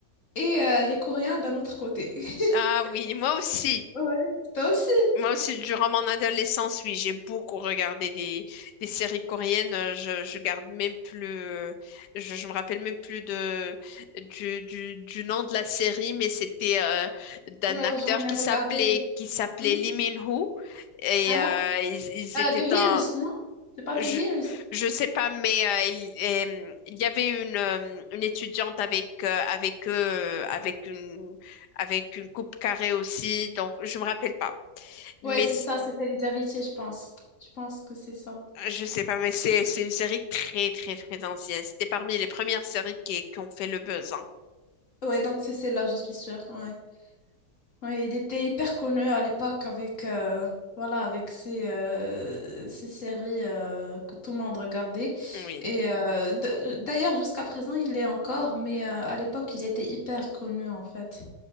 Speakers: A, on the left; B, on the left.
A: et euh, les Coréens d'un autre côté. <laughs>
B: Ah oui, moi aussi.
A: Ouais. ouais. Toi aussi.
B: Moi aussi, durant mon adolescence, oui, j'ai beaucoup regardé des, des séries coréennes. Euh, Je, je garde même plus, euh, je, je me rappelle même plus de, du, du, du nom de la série, mais c'était euh, d'un
A: Ouais,
B: acteur
A: j'en ai
B: qui
A: regardé.
B: s'appelait qui s'appelait
A: Mhm.
B: Lee Min-ho et
A: Hein?
B: euh, ils, ils
A: Euh,
B: étaient
A: The Hears,
B: dans,
A: non? C'est pas
B: je,
A: The Hears.
B: je sais pas, mais euh, il, euh, il y avait une, euh, une étudiante avec euh, avec eux, euh, avec une avec une coupe carrée aussi, donc je me rappelle pas. Mais
A: Ouais, c'est ça, c'était Les Héritiers, je pense. Je pense que c'est ça.
B: Je sais pas, mais c'est c'est une série très très très ancienne. C'était parmi les premières séries qui, qui ont fait le buzz, hein.
A: Ouais, donc c'est celle-là, je suis sûre. Ouais. Ouais, il était hyper connu à l'époque avec, euh, voilà, avec ses, euh, ses séries euh, que tout le monde regardait.
B: Oui.
A: Et euh, d- d'ailleurs, jusqu'à présent, il l'est encore, mais euh, à l'époque, il était hyper connu en fait.